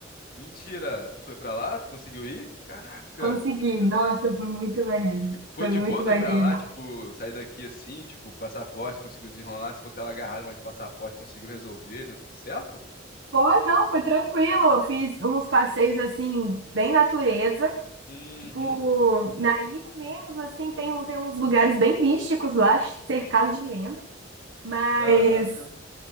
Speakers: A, on the left; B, on the right.
A: Mentira, tu foi pra lá? Tu conseguiu ir? Caraca,
B: Consegui. Nossa, foi muito maneiro.
A: E foi
B: Foi
A: de
B: muito
A: boa tu
B: maneiro.
A: ir pra lá? Tipo, sair daqui assim, tipo, passaporte, conseguiu desenrolar? Se for que tava agarrado mas de passaporte, conseguiu resolver, deu tudo certo?
B: Pô, não, foi tranquilo. Eu fiz uns passeios assim, bem natureza.
A: Uhum,
B: Tipo, na ilha mesmo, assim, tem, um- tem uns lugares bem místicos lá, cercado de lenda. Mas,
A: caraca.